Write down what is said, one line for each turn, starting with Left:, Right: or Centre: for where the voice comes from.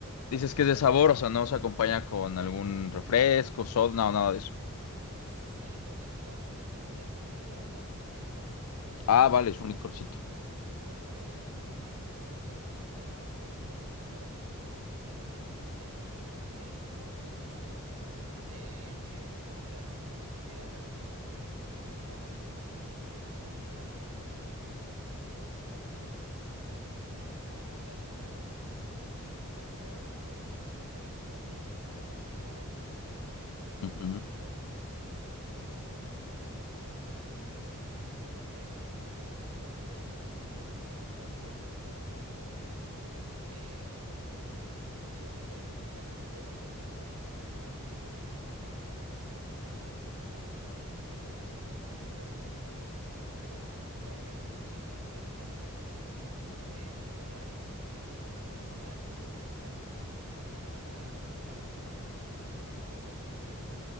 Left: Dices que es de sabor, o sea, no se acompaña con algún refresco, soda, no, nada de eso.
Right: Sí, solo digamos que esa chicha es, es como más un licor,
Left: Ah, vale,
Right: eh, pero,
Left: es un licorcito.
Right: un licor, pero digamos eh, como más a la antigua, como tradicional. Entonces, digamos que ahí en el chorro puedes tomar eso. Eh, eh, digamos, ya después de que hagas un recorrido por Bogotá, puedes ir también a Monserrate, que es como el, el, el- como la montaña más significativa o emblemática de la ciudad. También está el Guadalupe, también podrías
Left: Ujú.
Right: subir ahí. Eh, te recomendaría subir a Monserrate. eh, digamos que es una, ig- hay una iglesia y la vista es espectacular. Puedes ver todas las ciudades de ahí. Eh, digamos, ya después de que haces ese go- recorrido, te, te recomiendo ir también a Cartagena o Santa Marta, que son también otros tipos de centros históricos, pero pues ya digamos que más hacia el Caribe mar. Eh, allá digamos que es más plan playa. Te recomiendo que pruebes allá la mojarra, la trucha, no sé.